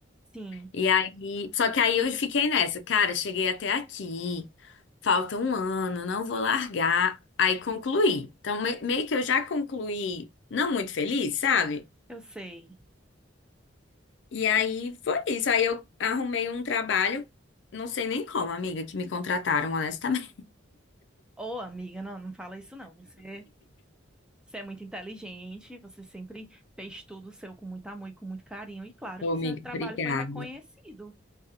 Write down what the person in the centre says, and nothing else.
sim,
eu sei.
Ô, amiga, não, não fala isso não. Você, você é muito inteligente, você sempre fez tudo seu com muito amor e com muito carinho. E
claro
que
seu trabalho
foi reconhecido.